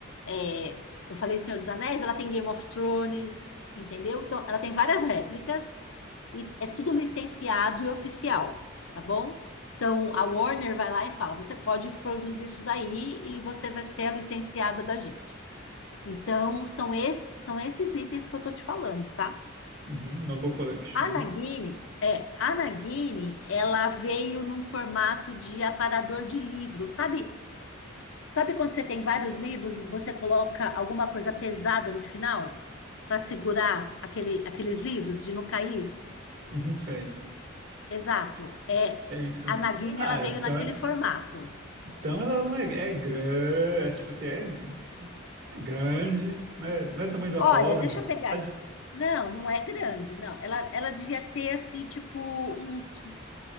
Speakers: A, on the left (about 65°); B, on the right (about 55°).
A: é, eu falei Senhor dos Anéis, ela tem Game of Thrones, entendeu? Então, ela tem várias réplicas e é tudo licenciado e oficial, tá bom? Então, a Warner vai lá e fala: você pode produzir isso daí e você vai ser a licenciada da gente. Então, são, esse, são esses itens que eu tô te falando, tá?
B: uhum, Noble Collection,
A: A
B: né?
A: Nagini, é, a Nagini, ela veio num formato de aparador de livro, sabe? Sabe quando você tem vários livros, e você coloca alguma coisa pesada no final para segurar aquele, aqueles livros de não cair?
B: Uhum, sei.
A: Exato. É,
B: É, é,
A: a Nagini,
B: ah,
A: ela veio
B: então,
A: naquele formato.
B: então ela não é, é grande, é, tipo assim, é, é grande, né? Não é do tamanho de uma
A: Olha,
B: cobra,
A: deixa
B: de verdade.
A: eu pegar aqui. Não, não é grande, não. Ela, ela devia ter assim, tipo, uns